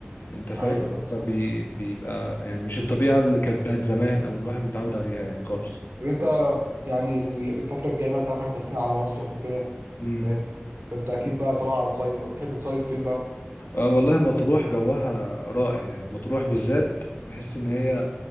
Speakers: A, on the left (about 55°); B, on the right (about 70°).
A: انت فاهم
B: أيوه أيوه بصراحة
A: فبيبقى يعني مش الطبيعه اللي كانت بتاعت زمان او الواحد متعود عليها يعني خالص
B: طب أنت يعني ال- الفترة الجاية بقى أنت عارف إن إحنا داخلين على مصيف وكده
A: امم
B: فاهم؟ فأنت أكيد بقى طبعا هتصيف بقى بتحب تصيف فين بقى؟
A: اه والله مطروح جوها رائع يعني مطروح بالذات بحس ان هي